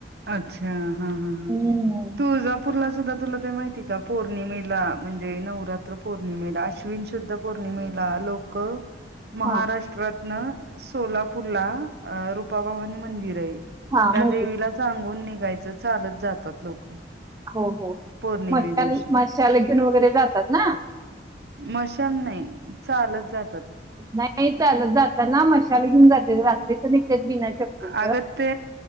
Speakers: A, on the right; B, on the right.
A: अच्छा हा हा हा
B: हम्म.
A: तूळजापूरला सुद्धा तुला <unintelligible> माहिती का पौर्णिमेला म्हणजे नवरात्र पौर्णिमेला अश्विन सुुद्धा पौर्णिमेला लोक महाराष्ट्रातन
B: हा
A: सोलापूरला आ रूपाभवानी मंदिर आहे.
B: हा
A: त्या
B: माहिती
A: देवीला
B: आहे.
A: सांगून निघायचं चालत जातात लोक.
B: हो हो हो
A: पौर्णिमे
B: हो मा
A: दिवशी
B: माशाल घेऊन वगैरे जातात ना?
A: मशाल नाही चालत जातात.
B: नाही जाताना मशाला घेऊन जाते रात्रीच निघतात बिना चपलीच
A: अगत ते